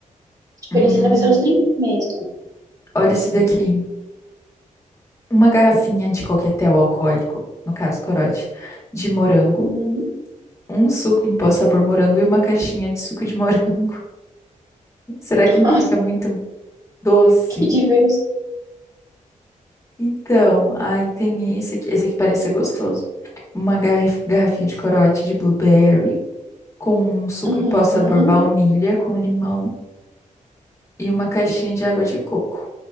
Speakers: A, on the right (about 25°); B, on the left (about 20°).
A: Tipo,
B: hum,
A: ele ensina a fazer os drinks mesmo.
B: olha esse daqui. uma garrafinha de coquetel alcoólico, no caso corote, de morango,
A: Uhum.
B: um suco em pó sabor morango e uma caixinha de suco de morango. <laughs> Será
A: <laughs>
B: que não
A: Nossa,
B: fica muito doce?
A: que diverso.
B: Então, aí tem esse aqui. Esse aqui parece ser gostoso. Uma garrif- garrafinha de corote de blueberry, com um suco
A: Uhum.
B: em pó sabor baunilha, com limão e uma caixinha de água de coco.